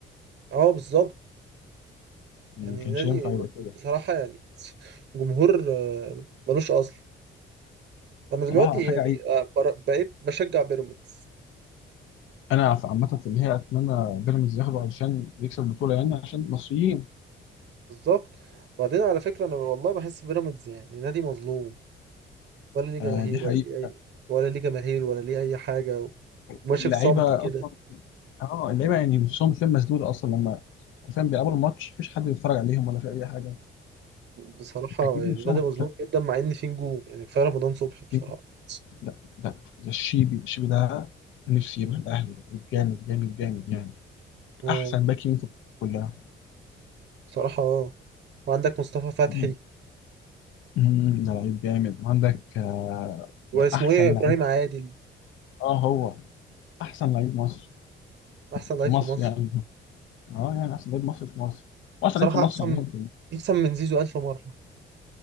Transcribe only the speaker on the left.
ما
كانش
ينفع يبقى كده
بصراحه حاجه
عيب
انا في- عامه في النهايه اتمنى بيراميدز ياخده علشان يكسب البطوله يعني عشان مصريين
آه دي حقيقه
واللعيبه
اصلا اه اللعيبه يعني نفسهم بتلاقيهم مسدوده اصلا لما فاهم بيلعبوا الماتش مفيش حد بيتفرج عليهم ولا في اي حاجه
فاكيد
نفسهم
هتتشد.
أكيد. لا ده ده الشيبي الشيبي ده نفسي يروح الاهلي ده لعيب جامد جامد جامد يعني
احسن باك يمين في الكورة كلها
مم. مم، ده لعيب جامد وعندك آه،
ده احسن
لعيب
اه هو احسن لعيب مصر
في مصر
يعني اه يعني احسن لعيب مصر في مصر واحسن
لعيب في مصر
عامه كلها.